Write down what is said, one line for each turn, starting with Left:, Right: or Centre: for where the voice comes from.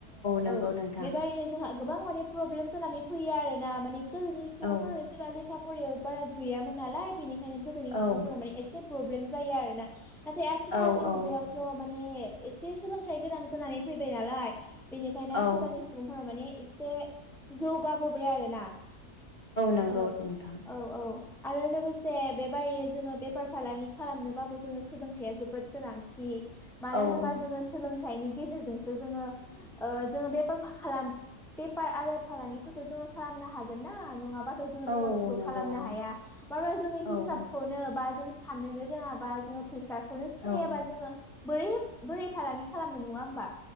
Left: नंगौ
Centre: औ
Left: नोंथां
Centre: बेबायदिनो जोंहा गोबां माने प्रब्लेम जानानै फैयो आरोना माने गोदोनि सुबुंफोरानो
Left: औ
Centre: जेबा लेखा फरायाव बारा गैयामोन नालाय बेनिखायनो गोदोनि
Left: औ
Centre: सुबुंफोरा माने एसे प्रब्लेम जायो आरोना नाथाय आथिखालनि
Left: औ औ
Centre: मुगायावथ' माने एसे सोलोंथाइ गोनां जानानै फैबाय नालाय बेनिखायनो
Left: औ
Centre: आथिखालनि सुबुंफोरा माने एसे जौगाबोबाय आरोना
Left: नंगौ
Centre: औ
Left: नोंथां
Centre: औ औ आरो लोगोसे बेबायदिनो जोङो बेफार फालांगि खालामनोबाबो जोङो सोलोंथाइया जोबोद गोनांथि मानो
Left: औ
Centre: होनोबा जोङो सोलों थाइनि गेजेरजोंसो जोङो जोङो बेफार खालाम बेफार आरो फालांगि फोरखौ जोङो खालामनो हागोन ना नङाबा
Left: औ नंगौ
Centre: खालामनो हाया मानो होनोबा जोंनि
Left: औ
Centre: हिसाबखौनो बा साननोनो रोङाबा जोङो फैसाखौनो सिनायाबा
Left: औ
Centre: जोङो बोरै बोरै फालांगि खालामनो नङा होमबा